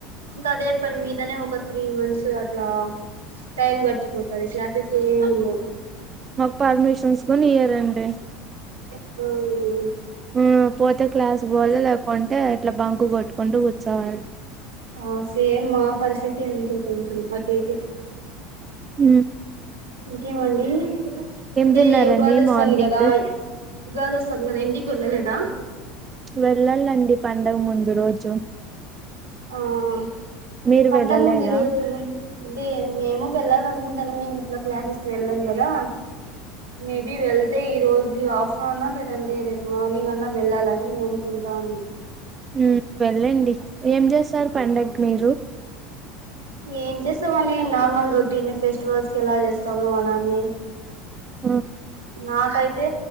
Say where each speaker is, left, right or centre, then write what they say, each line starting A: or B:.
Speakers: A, on the right; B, on the right.
A: ఇంకా అదే పన్ మీదనే ఒక త్రీ మంత్స్ అట్లా టైం గడిచిపోతది క్లాసెస్ ఎం ఉండవ్
B: మాకు పర్మిషన్స్ కూన ఇయ్యారండి
A: హ్మ్మ్
B: హ్మ్ పోతే క్లాస్ బలే లేకుంటే ఇట్లా బంకు కొట్టుకుంటూ కూర్చావ
A: హ్మ్ సేమ్ మా పరిస్థితి అంతే కొంచెం అటు ఇటు
B: హ్మ్
A: ఇంకేమండి అంటే
B: తిన్నారండి
A: ఉగాది వస్తుంది
B: మార్నింగ్
A: కదా ఉగాది వస్ కదా మరి ఇంటికి వెళ్ళలేదా
B: వెళ్ళాలండి పండుగ ముందు రోజు
A: అ హ్మ్
B: మీరు
A: పండగ
B: వెళ్ళలేదా
A: ముందు రోజు అంటే మేము వెళ్ళాల అన్ దన్ మీన్ మేము ఎట్లా క్లాసెస్ కి వెళ్ళం కదా మేబి వెళ్తే ఈరోజు రాజ్ ఆఫ్టర్నూన్న్నా లేదంటే రేపు మార్నింగ్ అన్నా వెళ్ళాలిని నే అనుకుంటా ఉన్నాం
B: హ్మ్ వెళ్లండి ఏం చేస్తారు పండక్కి మీరు
A: ఏం చేస్తామని నార్మల్ రొటీన్ ఫెస్టివల్స్ కి ఎలా చేస్తామో అలానే
B: హ్మ్
A: నాకైతే